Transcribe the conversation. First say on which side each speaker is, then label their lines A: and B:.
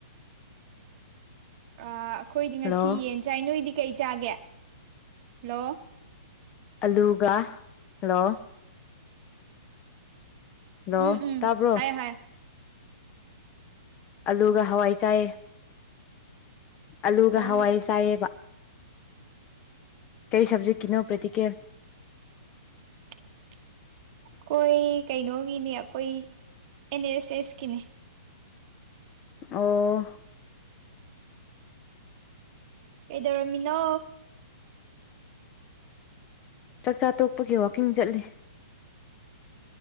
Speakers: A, on the right; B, on the left.
A: ꯑꯥ ꯑꯩꯈꯣꯏꯗꯤ
B: ꯍꯜꯂꯣ
A: ꯉꯁꯤ ꯌꯦꯟ ꯆꯥꯏ ꯅꯣꯏꯗꯤ ꯀꯩ ꯆꯥꯒꯦ ꯍꯜꯂꯣ
B: ꯑꯂꯨꯒ ꯍꯜꯂꯣ ꯍꯜꯂꯣ
A: ꯎꯝ ꯎꯝ
B: ꯇꯥꯕ꯭ꯔꯣ
A: ꯍꯥꯏꯌꯣ ꯍꯥꯏꯌꯣ
B: ꯑꯂꯨꯒ ꯍꯋꯥꯏ ꯆꯥꯏꯌ‌ꯦ ꯑꯂꯨꯒ
A: ꯑꯣ
B: ꯍꯋꯥꯏ ꯆꯥꯏꯌꯦꯕ ꯀꯩ ꯁꯕꯖꯦꯛ ꯀꯤꯅꫭ ꯄꯔ‌ꯦꯛꯇꯤꯀꯦꯜ
A: <inaudible> ꯑꯩꯈꯣꯏ ꯀꯩꯅꯣꯒꯤꯅꯤ ꯑꯩꯈꯣꯏ ꯑꯦꯟ ꯑꯦꯁ ꯑꯦꯁꯀꯤꯅ‌‌ꯦ
B: ꯑꯣ
A: ꯀꯩꯗꯧꯔꯝꯃꯤꯅꯣ
B: ꯆꯥꯛꯆꯥ ꯇꯣꯛꯄꯒꯤ ꯋꯥꯀꯤꯡ ꯆꯠꯂꯤ